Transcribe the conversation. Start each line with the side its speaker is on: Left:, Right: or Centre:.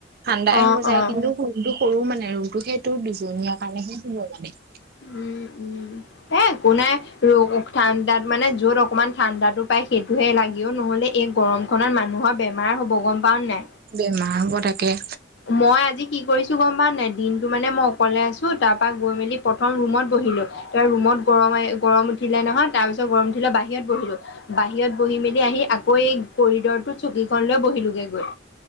Right: ঠাণ্ডাই
Left: অ',
Right: হ'ব যায়
Left: অ',
Right: কিন্তু সৰু মানে ৰুমটো সেইটো দুজনীয়া কাৰণেহে হব মানে।
Left: উম, উম হে একো নাই ৰু ঠাণ্ডাত মানে যত অকমান ঠাণ্ডাতো পাই সেইটোহে লাগিও নহলে এই গৰম খনত মানুহৰ বেমাৰ হ'ব গম পাও নাই?
Right: বেমাৰ হ'ব তাকে।
Left: মই আজি কি কৰিছো গম পাও নাই? দিনটো মানে মই অকলে আছো তাৰ পা গৈ মেলি প্ৰথম ৰুমত ব বহিলো তে ৰুমত গৰম এ - গৰম উঠিলে নহয় তাৰ পিছত গৰম উঠিলে বাহিৰত বহিলো বাহিৰত বহি মেলি আহি আকৌ এই কৰিডৰটোত চকীখন লৈ বহিলোগে গৈ।